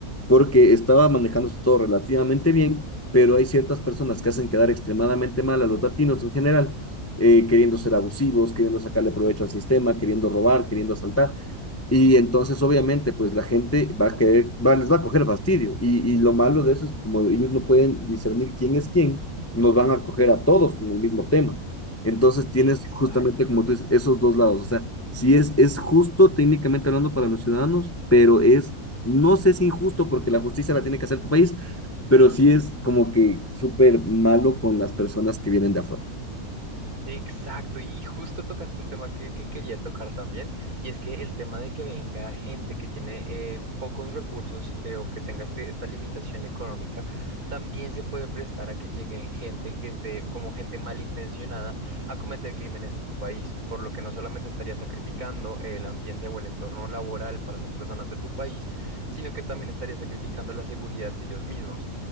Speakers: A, on the left; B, on the right.
A: porque estaba manejándose todo relativamente bien, pero hay ciertas personas que hacen quedar extremadamente mal a los latinos en general, eh, queriendo ser abusivos, queriendo sacarle provecho al sistema, queriendo robar, queriendo asaltar, y entonces, obviamente, pues la gente va a querer, va, les va a coger fastidio. Y, y lo malo de eso es que como ellos no pueden discernir quién es quién, nos van a coger a todos con el mismo tema. Entonces tienes
B: Exacto.
A: justamente, como tú dices, esos dos lados. O sea, sí es, es justo técnicamente hablando para los ciudadanos, pero es, no sé si injusto porque la justicia la tiene que hacer tu país, pero sí es como que súper malo con las personas que vienen de afuera.
B: Exacto, y justo tocaste un tema que, que quería tocar también, y es que el tema de que venga gente que tiene eh, pocos recursos eh, o que tenga este- esta limitación económica, también se puede prestar a que lleguen gente que esté como gente malintencionada a cometer crímenes en tu país, por lo que no solamente estaría sacrificando el ambiente o el entorno laboral para las personas de tu país, sino que también estaría sacrificando la seguridad de ellos mismos.